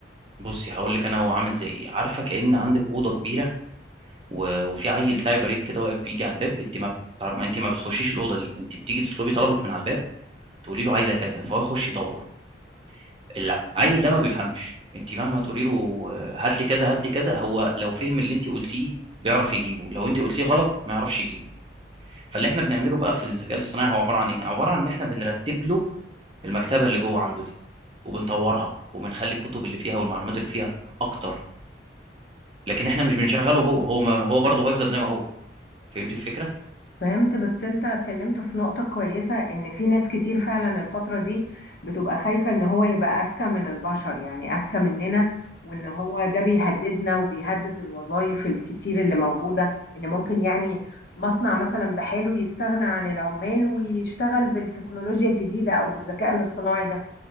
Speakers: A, on the right; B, on the left.
A: بصي هقول لك انا هو عامل زي ايه عارفه كأن عندك اوضه كبيره و- وفي عيل ساعي بريد كده واقف بيجي على الباب انت ما بتع- ما انت ما بتخشيش الاوضه دي انت بتيجي تطلبي طلبك من على الباب تقولي له عايزه كذا فهو يخش يدور العيل ده ما بيفهمش انت مهما تقولي له آه، هات لي كذا هات لي كذا هو لو فهم اللي انت قلتيه بيعرف يجيبه لو انت قلتيه غلط ما يعرفش يجيبه فاللي احنا بنعمله بقى في الذكاء الاصطناعي هو عباره عن ايه عباره عن ان احنا بنرتب له المكتبه اللي جوه عنده دي وبنطورها وبنخلي الكتب اللي فيها والمعلومات اللي فيها اكتر لكن احنا مش بنشغله هو هو ما هو برضه هيفضل زي ما هو فهمت الفكره
B: فهمت بس انت اتكلمت في نقطة كويسة ان في ناس كتير فعلا الفترة دي بتبقى خايفة ان هو يبقى اذكى من البشر يعني اذكى مننا وان هو ده بيهددنا وبيهدد الوظائف الكتير اللي موجودة ان ممكن يعني مصنع مثلا بحاله يستغنى عن العمال ويشتغل بالتكنولوجيا الجديدة او بالذكاء الاصطناعي ده